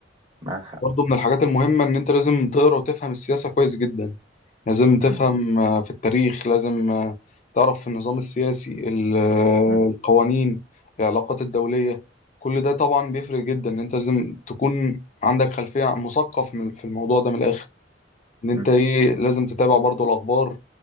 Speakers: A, on the right; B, on the left.
A: معاك حق
B: برضه من الحاجات المهمة إن أنت لازم تقرأ وتفهم السياسة كويس جدا لازم تفهم
A: م.
B: آه، في التاريخ لازم آه، تعرف في النظام السياسي ال- آه،
A: م.
B: القوانين العلاقات الدولية كل ده طبعا بيفرق جدا إن أنت لازم تكون عندك خلفية مثقف من- في الموضوع ده من الآخر ان انت
A: م.
B: ايه لازم تتابع برضو الاخبار